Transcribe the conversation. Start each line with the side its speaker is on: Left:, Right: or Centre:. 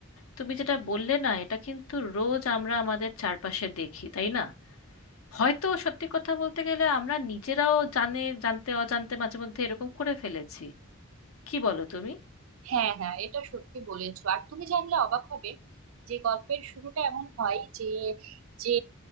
Left: তুমি যেটা বললে না এটা কিন্তু রোজ আমরা আমাদের চারপাশে দেখি তাই না হয়তো সত্যি কথা বলতে গেলে আমরা নিজেরাও জানে জানতে অজান্তে মাঝে মধ্যে এরকম করে ফেলেছি কি বলো তুমি
Right: হ্যাঁ হ্যাঁ এটা সত্যি বলেছো আর তুমি জানলে অবাক হবে যে গল্পের শুরুটা এমন হয় যে যে